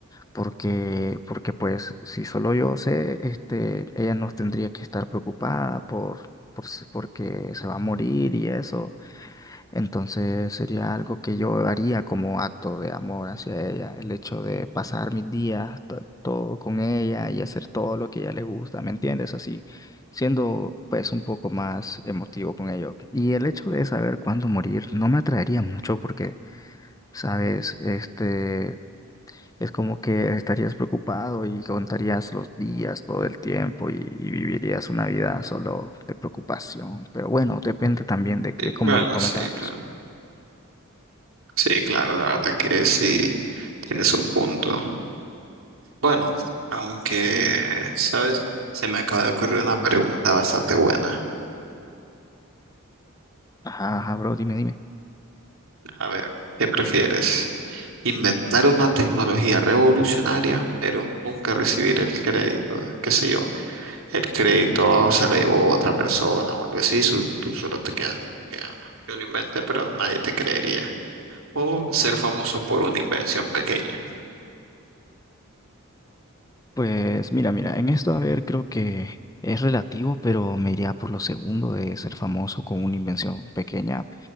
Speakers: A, on the left; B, on the right.
A: porque, porque pues si solo yo sé, este, ella no tendría que estar preocupada por, por si- porque se va a morir y eso. Entonces sería algo que yo haría como acto de amor hacia ella, el hecho de pasar mis días to- todo con ella y hacer todo lo que a ella le gusta, ¿me entiendes? Así, siendo pues un poco más emotivo con ello. Y el hecho de saber cuándo morir no me atraería mucho porque... Sabes, este, es como que estarías preocupado y contarías los días todo el tiempo y, y vivirías una vida solo de preocupación. Pero bueno, depende también de,
B: Sí,
A: de cómo
B: Bueno,
A: lo tome
B: sí,
A: cada persona.
B: claro. Sí, claro, la verdad que sí, tienes un punto. Bueno, aunque, ¿sabes? Se me acaba de ocurrir una pregunta bastante buena.
A: Ajá, ajá, bro, dime, dime.
B: A ver, ¿qué prefieres? inventar una tecnología revolucionaria, pero nunca recibir el crédito, qué sé yo, el crédito se lo llevó otra persona o algo así, su- tú solo te quedas como que "Ah, yo lo inventé, pero nadie te creería. O ser famoso por una invención pequeña.
A: Pues mira, mira, en esto, a ver, creo que es relativo, pero me iría por lo segundo de ser famoso con una invención pequeña,